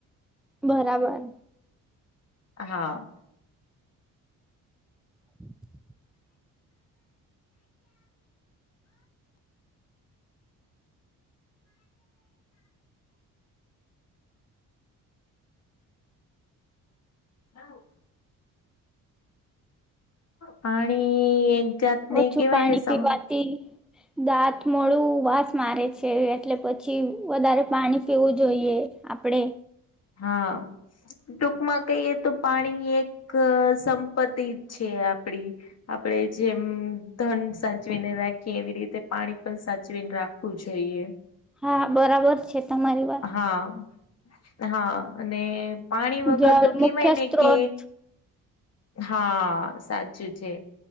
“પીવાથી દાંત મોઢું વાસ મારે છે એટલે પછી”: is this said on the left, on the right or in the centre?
Centre